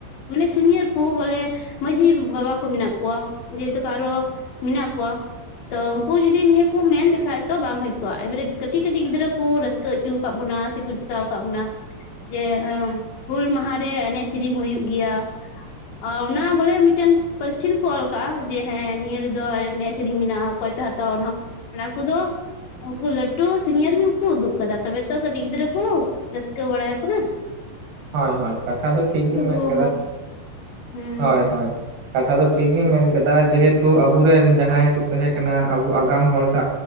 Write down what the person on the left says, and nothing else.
ᱢᱟᱱᱮ ᱥᱤᱱᱭᱟᱨ ᱠᱚ ᱵᱚᱞᱮ ᱢᱟᱹᱡᱷᱤ ᱾ ᱵᱟᱵᱟ ᱠᱚ ᱢᱮᱱᱟᱜ ᱠᱚᱣᱟ ᱡᱮᱦᱮᱛᱩ ᱟᱨᱦᱚ ᱢᱮᱱᱟᱜ ᱠᱚᱣᱟ᱾ ᱛᱚ ᱩᱱᱠᱩ ᱡᱩᱫᱤ ᱱᱤᱭᱟᱹ ᱠᱚ ᱢᱮᱱ ᱞᱮᱠᱷᱟᱡ ᱛᱚ ᱵᱟᱝ ᱦᱩᱭ ᱠᱚᱜᱼᱟ᱾ ᱮᱭᱵᱟᱨᱮ ᱠᱟᱹᱴᱤᱡ ᱠᱟᱹᱴᱤᱡ ᱜᱤᱫᱽᱨᱟᱹ ᱠᱚ ᱨᱟᱹᱥᱠ ᱤᱠᱟᱹ ᱚᱪᱚᱣ ᱟᱠᱟᱫ ᱵᱚᱱᱟ ᱥᱮᱠᱚ ᱪᱤᱠᱟᱣ ᱟᱠᱟᱫ ᱵᱚᱱᱟ ᱾ ᱡᱮ ᱦᱮᱸ ᱦᱩᱞ ᱢᱟᱦᱟ ᱨᱮ ᱮᱱᱮᱡ ᱥᱮᱨᱮᱧ ᱦᱩᱭᱩᱜ ᱜᱮᱭᱟ᱾ ᱚ ᱚᱱᱟ ᱵᱚᱞᱮ ᱢᱤᱫᱴᱮᱝ ᱯᱟᱹᱨᱪᱷᱤ ᱨᱮᱠᱚ ᱚᱞ ᱟᱠᱟᱜᱼᱟ ᱡᱮ ᱦᱮᱸ ᱱᱤᱭᱟᱹ ᱨᱮᱫᱚ ᱮᱱᱮᱡ ᱥᱮᱨᱮᱧ ᱢᱮᱱᱟᱜᱼᱟ ᱚᱠᱚᱭ ᱯᱮ ᱦᱟᱛᱟᱣᱟ ᱚᱱᱟ ᱦᱚᱸ ᱚᱱᱟ ᱠᱚᱫᱚ ᱩᱱᱠᱩ ᱞᱟᱹᱴᱩ ᱥᱤᱱᱤᱭᱟᱨ ᱜᱮᱠᱚ ᱩᱫᱩᱜ ᱟᱠᱟᱫᱟ ᱛᱚᱵᱮ ᱛᱚ ᱠᱟᱹᱴᱤᱡ ᱜᱤᱫᱽᱨᱟᱹ ᱠᱩ ᱨᱟᱹᱥᱠᱟᱹ ᱵᱟᱲᱟᱭᱟ ᱠᱚ ᱱᱟᱜ
ᱦᱚᱸ
ᱦᱚᱸ ᱦᱩᱸ